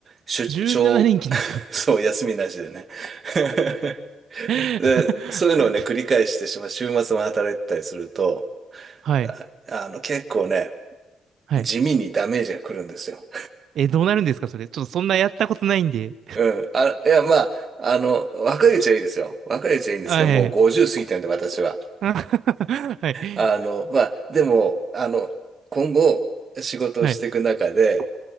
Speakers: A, on the right; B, on the right.
A: 出張、
B: 17連勤ですか
A: <laughs> そう、休みなしでね。<laughs>
B: <laughs>
A: で、そういうのをね、繰り返してしまう、週末も働いてたりすると、
B: はい。
A: あ、あの、結構ね、
B: はい。
A: 地味にダメージが来るんですよ。
B: え、どうなるんですかそれ。ちょっとそんなやったことないんで。
A: うん。あ、いや、まあ、あの、若いうちはいいですよ。若いうちはいいんですけど、
B: <laughs> はい。
A: もう50過ぎてるんで、私は。
B: <laughs> はい。
A: あの、まあ、でも、あの、今後、仕事をしていく中で、
B: はい。